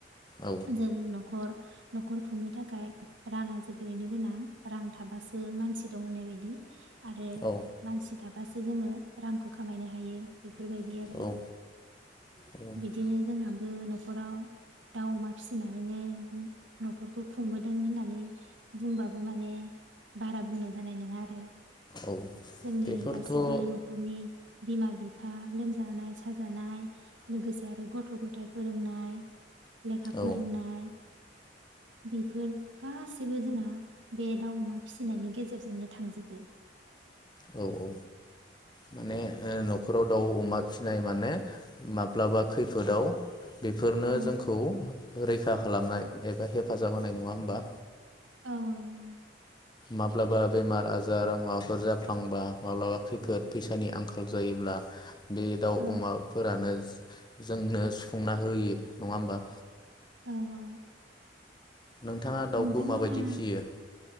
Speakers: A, on the left; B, on the right.
A: औ
B: जों नखर नखर खुंनो थाखाय राङा जोबोरैनो गोनां। रां थाबासो मानसि दं होननाय बायदि। <unintelligible> आरो
A: औ
B: मानसि थाबासो जोङो रांखौ खामायनो हायो बे बेफोर बायदि
A: औ
B: आरो
A: औ
B: बिदिनो जोंहाबो नखर नखराव दाउमा फिसिनानैनो नखरखौ खुंबोदों होननानै बुंबाबो माने बारा बुंनाय जानाय नङा आरो।
A: औ
B: जोंनि
A: बेफोरथ'
B: गासिबो
A: औ
B: नखरनि बिमा बिफा लोमजा जानाय साजानाय लोगोसे आरो गथ गथाय फोरोंनाय लेखा फोरोंनाय।
A: औ
B: बेफोर गासै सैबो जोंना बे दाउ अमा फिसिनायनि गेजेरजोंनो थांजोबो।
A: औ औ माने ओ नखराव दाउ अमा फिसिनाय माने माब्लाबा खैफोदाव बेफोरनो
B: औ
A: जोंखौ रैखा खा खालामनाय एबा हेफाजाब होनाय नङा होमबा?
B: औ औ ओं।
A: माब्लाबा बेमार आजार माबाफोर जाफ्लांबा माब्लाबा खैफोद फैसानि आंखाल जायोब्ला बे दाउ
B: औ
A: अमाफोरानो। जोंनो सुफुंना होयो नङा होमबा?
B: औ औ।
A: नोंथाङा दाउखौ
B: नोंथांमोनहा
A: माबायदि फियो